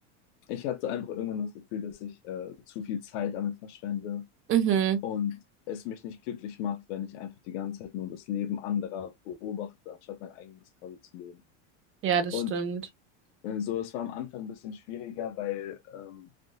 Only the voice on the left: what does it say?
ich hatte einfach irgendwann das Gefühl, dass ich äh, zu viel Zeit damit verschwende
und es mich nicht glücklich macht, wenn ich einfach die ganze Zeit nur das Leben anderer beobachte, anstatt mein eigenes quasi zu leben.
Und
äh, so, es war am Anfang ein bisschen schwieriger, weil ähm,